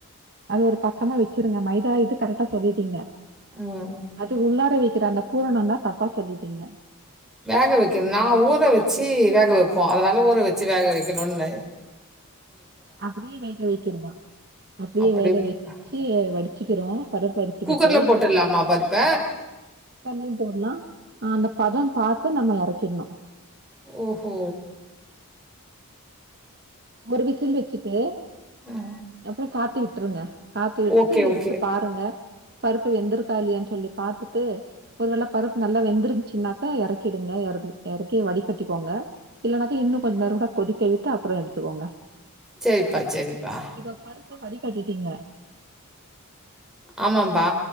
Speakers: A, on the right (about 45°); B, in the centre.
A: அது ஒரு பக்கமா வச்சிருங்க மைதா இது கரெக்டா சொல்லிட்டீங்க
B: ம்
A: அதுக்கு உள்ளார வக்கி கிற அந்த பூரணதா தப்பா சொல்லீடிங்க
B: வேக வைக்கணு நா ஊற வச்சு வேக வைப்போ அதனால ஊற வச்சு வேக வைக்கணுன்னே
A: அப்டியே வேக வைக்கிறதா அப்புடியே
B: அப்படியே
A: வேக
B: போட்டா
A: வச்சு வடிச்சுக்கிறோ பருப்பு வடிச்சுக்கிட்டு
B: குக்கர்ல போட்டுடலாமா பருப்ப?
A: தள்ளி போடலா அந்த பதம் பாத்து நம்ம எறக்கிடணு
B: ஓஹோ
A: ஒரு விசில் வச்சுட்டு
B: ம்.
A: அப்பறோ காத்து விட்டுருங்க காத்து விட்டு
B: ஓகே,
A: எடுத்து
B: ஓகே.
A: பாருங்க பருப்பு வெந்துருக்கா இல்லையான் சொல்லி பாத்துட்டு ஒருவேள பருப்பு நல்லா வெந்துருச்சுனாக்கா எறக்கிடுங்க எற எறக்கி வடிகட்டிக்கோங்க இல்லன்னாக்க இன்னு கொஞ்ச நேரோ கூட கொதிக்க விட்டு அப்பறோ எடுத்துக்கோங்க
B: சேரிப்பா சேரிப்பா
A: இப்ப பருப்ப வடி கட்டிட்டீங்க
B: ஆமாம்பா